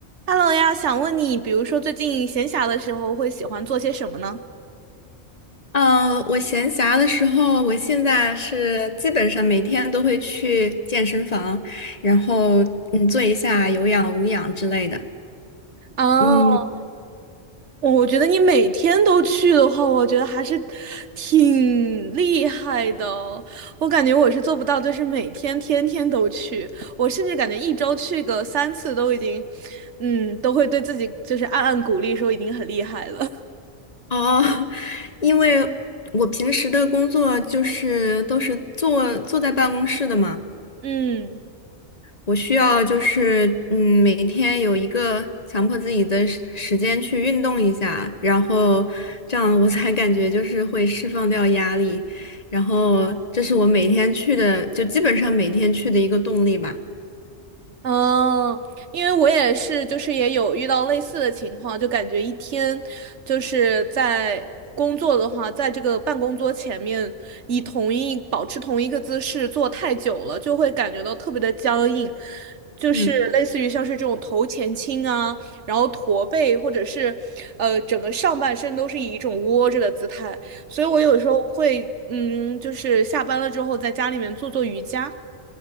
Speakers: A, on the right; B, on the left.
A: Hello 呀，想问你，比如说最近闲暇的时候会喜欢做些什么呢？
B: 嗯，呃我闲暇的时候，我现在是基本上每天都会去健身房，然后嗯做一下有氧、无氧之类的。
A: 哦，
B: 嗯，
A: 我觉得你每天都去的话，我觉得还是挺厉害的哦。我感觉我是做不到，就是每天天天都去，我甚至感觉一周去个三次都已经，嗯，都会对自己就是暗暗鼓励，说已经很厉害了。<laughs>
B: 哦，<laughs> 因为我平时的工作就是都是坐坐在办公室的嘛，
A: 嗯。
B: 我需要就是嗯，每天有一个强迫自己的时时间去运动一下，然后这样我才感觉就是会释放掉压力，然后这是我每天去的，就基本上每天去的一个动力吧。
A: 嗯，因为我也是，就是也有遇到类似的情况，就感觉一天就是在工作的话，在这个办公桌前面，以同一保持同一个姿势坐太久了，就会感觉到特别的僵硬，就是类似于像是这种头前倾啊，
B: 嗯。
A: 然后驼背，或者是呃整个上半身都是以一种窝着的姿态，所以我有时候会嗯，就是下班了之后在家里面做做瑜伽。